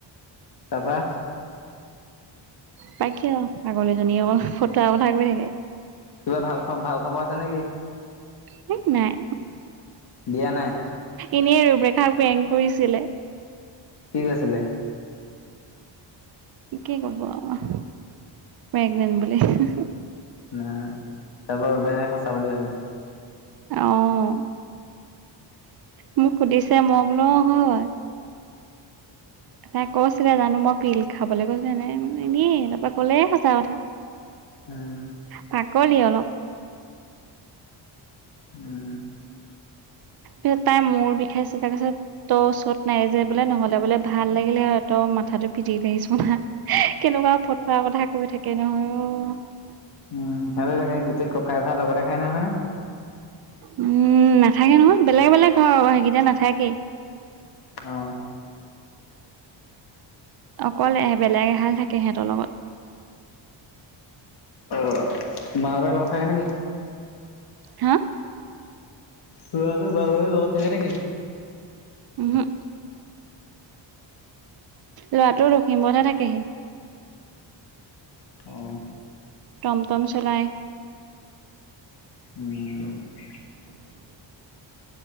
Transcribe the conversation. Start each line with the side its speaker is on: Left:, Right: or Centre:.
Left: তাৰপা
Right: তাকে আৰু, পাগলীজনী অ' ফতোৱা কথা কৈ থাকে।
Left: কিবা ভাল খ, ভাল খবৰ আছে নেকি?
Right: হেই, নাই।
Left: দিয়া নাই।
Right: এনেই আৰু বেকাৰ প্ৰেংক কৰিছিলে।
Left: কি কৈছিলে?
Right: কি কব আৰু, প্ৰেগনেণ্ট বুলি।
Left: নাই, <unintelligible> সঁচা বুলি ভাবি
Right: অ', মোক সুধিছে, মই বোলো অ' হয়। তাই কৈছিলে জানো, মই পিল খাবলৈ <unintelligible> কলে সঁচা কথা। <inaudible>
Left: উম।
Right: পাগলি অলপ।
Left: উম।
Right: পিছত তাইৰ মূৰ বিষাইছে, তাৰপিছত ত' ওচৰত নাই যে বোলে নহ'লে বোলে ভাল লাগিলে হয়, তই মাথাতটো পিটি থ আহিছোন হা। কেনেকুৱা ফটোৱা কথা কৈ থাকে নহয়।
Left: উম, ভালে লাগে গোটেই ককাই-ভাই লগতে খাই নহয়।
Right: উম' নাথাকে নহয়, বেলেগ বেলেগ ঘৰ সেইকেইটা নাথাকেই।
Left: অ।
Right: অকল বেলেগ এহাল থাকে সেহঁতৰ লগত।
Left: অ' মা, বাই লগত থাকে নেকি?
Right: হা?
Left: ল'ৰাটো বাপেৰৰ লগত থাকে নেকি?
Right: ওহোঁ। লৰাটো লখিমপুৰতে থাকে হি।
Left: অঁ।
Right: টমটম চলাই।
Left: উম'।